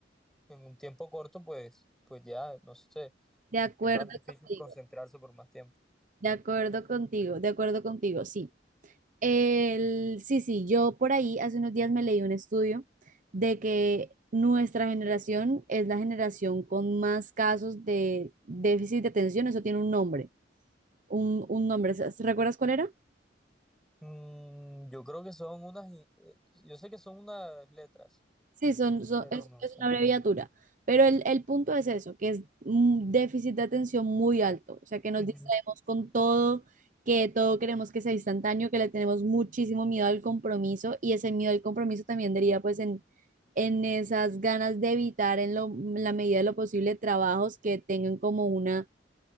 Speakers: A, in the centre; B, on the right (about 45°).
A: en un tiempo corto, pues, pues ya, no sé,
B: de acuerdo
A: es más difícil
B: contigo,
A: concentrarse por más tiempo.
B: de acuerdo contigo, de acuerdo contigo, sí. El, sí, sí, yo por ahí hace unos días me leí un estudio de que nuestra generación es la generación con más casos de déficit de atención, eso tiene un nombre, un, un nombre, ¿sabes? ¿recuerdas cuál era?
A: Mm, yo creo que son unas, i- eh, yo sé que son unas letras,
B: Sí, son, son-
A: pero
B: es,
A: no
B: es
A: sé.
B: una abreviatura, pero el, el punto es eso, que es un déficit de atención muy alto, o sea, que nos
A: Ujú.
B: distraemos con todo, que todo queremos que sea instantáneo, que le tenemos muchísimo miedo al compromiso y ese miedo al compromiso también deriva pues en, en esas ganas de evitar en, lo, en la medida de lo posible trabajos que tengan como una